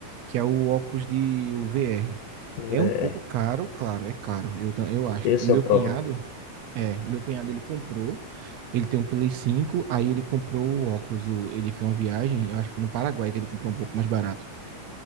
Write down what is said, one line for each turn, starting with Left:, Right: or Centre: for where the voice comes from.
Right: que é o óculos de o VR.
Left: O
Right: É
Left: VR.
Right: um pouco caro, claro, é caro, eu, ta- eu acho.
Left: Esse
Right: O meu
Left: é o problema.
Right: cunhado, É, meu cunhado ele comprou, ele tem um Play 5, aí ele comprou o óculos, o- ele fez uma viagem, eu acho que foi no Paraguai que ele comprou um pouco mais barato.